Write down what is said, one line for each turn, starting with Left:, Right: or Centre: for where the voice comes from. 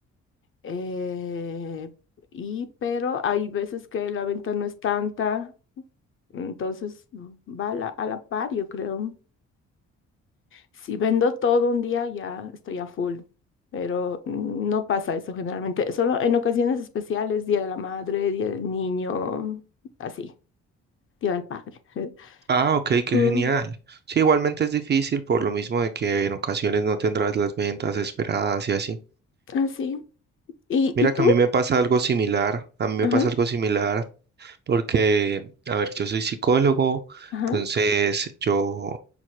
Left: eh, y pero hay veces que la venta no es tanta, entonces va a la, a la par, yo creo. Si vendo todo un día, ya estoy a full, pero mm, no pasa eso generalmente, solo en ocasiones especiales, Día de la Madre, Día del Niño, así, Día del Padre. <laughs>
Right: Ah, ok, qué
Left: Mm,
Right: genial. Sí, igualmente es difícil por lo mismo de que en ocasiones no tendrás las ventas esperadas y así.
Left: así. ¿Y,
Right: Mira
Left: y
Right: que
Left: tú?
Right: a mí me pasa algo similar, a mí me
Left: Ajá,
Right: pasa algo similar porque, a ver, yo soy psicólogo,
Left: ajá,
Right: entonces yo